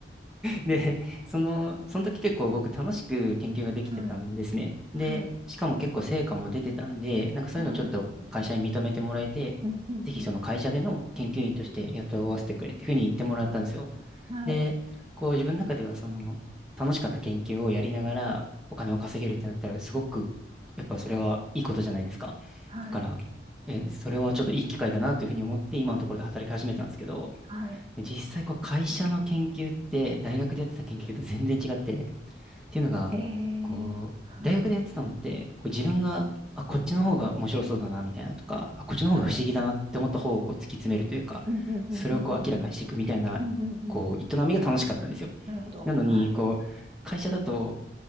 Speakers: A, in the centre; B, on the right.
A: で、その、その時結構僕楽しく研究ができてたんですね。
B: はい。はい。
A: で、しかも結構成果も出てたんで、なんかそういうのちょっと会社に認めてもらえて、
B: はい。うん、うん、
A: ぜひその会社での研究員として雇わせてくれっていうふうに言ってもらったんですよ。
B: うん。はい。
A: で、こう自分の中ではその楽しかった研究をやりながらお金を稼げるってなったらすごくやっぱそれはいいことじゃないですか。
B: はい。
A: だから、え、それはちょっといい機会だなというふうに思って今のところで働き始めたんですけど、
B: はい。
A: 実際こう会社の研究って大学でやってた研究と全然違って、っていうのが、
B: ええはい。
A: こう、大学でやってたのって、こう自分が、あ、こっちの方が面白そうだな、みたいなとか、あ、こっちの方が不思議だなって思った方をこう突き詰めるというか、
B: はい。うん、うん、うん、うん、うん。
A: それをこう明らかにしていくみたいな、
B: うん、うん、うん。うん
A: こう、営みが楽しかったんですよ。
B: なるほど。
A: なのに、
B: はい。
A: こう、会社だと、